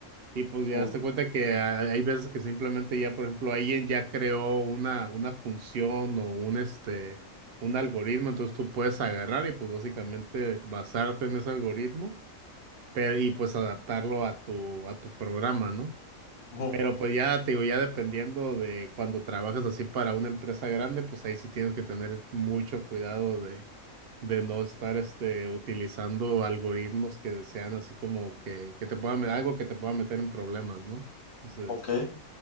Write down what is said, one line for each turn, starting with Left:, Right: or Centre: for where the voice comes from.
Right: Y pues ya
Left: Mm,
Right: te cuenta que hay hay veces que simplemente ya, por ejemplo, alguien ya creó una, una función o un este, un algoritmo, entonces tú puedes agarrar y pues básicamente basarte en ese algoritmo, pero y pues adaptarlo a tu, a tu programa, ¿no?
Left: ujú,
Right: Pero pues ya te digo, ya dependiendo de cuando trabajas así para una empresa grande, pues ahí sí tienes que tener mucho cuidado de, de no estar este, utilizando algoritmos que sean así como que, que te puedan, algo que te pueda meter en problemas, ¿no? Entonces.
Left: Ok.